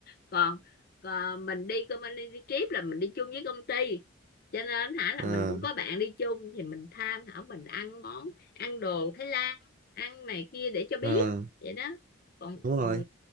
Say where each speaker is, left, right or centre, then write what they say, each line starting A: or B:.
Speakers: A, on the left; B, on the right.
A: còn, còn mình đi công anh đi trip là mình đi chung với công ty cho nên hả là
B: à
A: mình cũng có bạn đi chung thì mình tham khảo mình ăn món ăn đồ Thái Lan ăn này kia để cho biết
B: à
A: vậy đó còn
B: đúng
A: ừ,
B: rồi